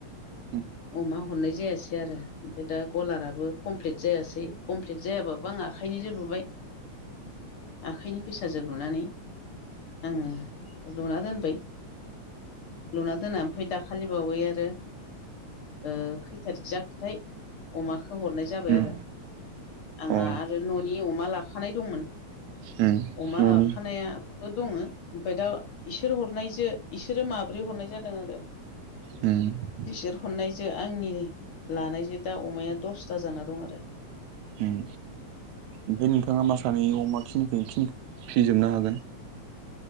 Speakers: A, on the right (about 80°); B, on the left (about 50°).
A: उम
B: अमा हरनाय जायासै आरो। ओमफ्राय दा गलाराबो कमप्लिट जायासै कमप्लिट जायाबाबो आं आखाइनिजो लुबाय। आखाइनि फैसाजो लुनानै आङो लुना दोनबाय। लुना दोनना ओमफाय दाखालिबावै आरो ओ खै थारिग जाखोथाय अमाखौ हरनाय जाबाय
A: उम
B: आरो। आंहा
A: औ
B: आरो न'नि अमा लाखानाय दंमोन
A: उम
B: अमा
A: न'नि
B: लाखानाया बो दङो ओमफ्राय दा इसोर हरनायजो इसोरो माब्रै हरनाय जादों आरो।
A: उम।
B: इसोर हरनायजो आंनि लानायजो दा अमाया दसथा जाना दं आरो।
A: उम ओमफ्राय नोंथाङा मा सानो अमा खिनिखो इखिनिखो फिजोबनो हागोन?